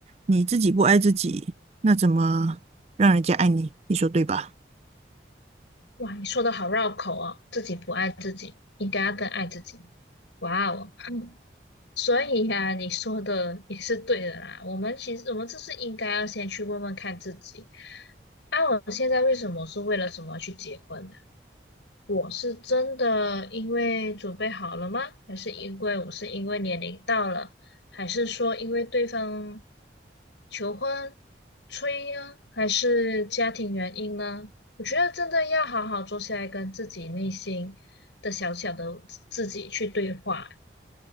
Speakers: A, on the right; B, on the left.
A: 你自己不爱自己，那怎么让人家爱你？你说对吧？
B: 哇，你说的好绕口哦，自己不爱自己，应该要更爱自己。哇哦，嗯 <laughs> 所以呀、你说的也是对的啦。我们其实我们就是应该要先去问问看自己，啊，我现在为什么是为了什么去结婚呢？我是真的因为准备好了吗？还是因为我是因为年龄到了？还是说因为对方求婚、催呀、还是家庭原因呢？我觉得真的要好好坐下来跟自己内心的小小的自自己去对话。